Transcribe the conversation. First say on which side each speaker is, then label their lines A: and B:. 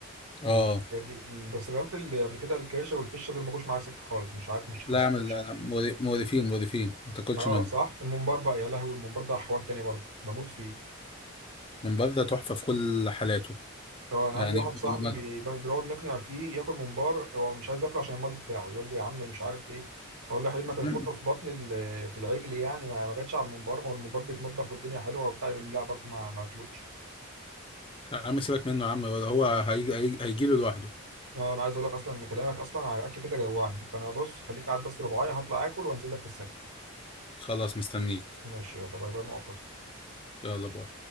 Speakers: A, on the left; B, on the right.
A: اه
B: الحاجات دي بس جربت اللي قبل كده الكرشه والفشه دول ما جوش معايا سكه خالص مش عارف مش حاسس
A: لا اعمل لا لا مور- مقرفين مقرفين ما تاكلش
B: اه
A: منه
B: صح الممبار بقى يا لهوي الممبار ده حوار تاني برضه بموت فيه
A: من برده تحفة في كل حالاته
B: اه انا
A: يعني
B: عندي واحد صاحبي
A: م-
B: بي- بيقعد نقنع فيه ياكل ممبار هو مش عايز ياكله عشان الماضي بتاعه يقول لي يا عم مش عارف ايه اقول له يا حبيبي ما كان
A: م-
B: كله في بطن ال- في العجل يعني ما ما جاتش على الممبار ما هو الممبار بيتنضف والدنيا حلوه وبتاع يقول لي لا برضه ما ما اكلوش
A: يا عم سيبك منه يا عم هو هيجي هيجي له لوحده
B: اه انا عايز اقول لك اصلا ان كلامك اصلا على الاكل كده جوعني فانا بص خليك قاعد بس ربعايه هطلع اكل وانزل لك في السريع
A: خلاص مستنيك
B: ماشي يلا باي باي مؤقتا
A: يلا باي